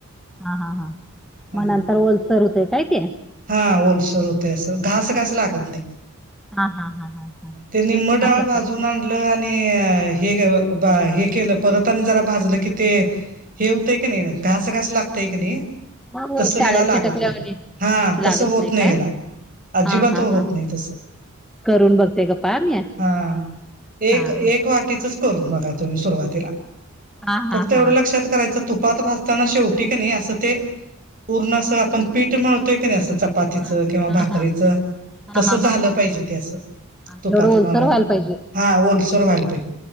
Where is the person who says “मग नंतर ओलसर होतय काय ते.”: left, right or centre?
Centre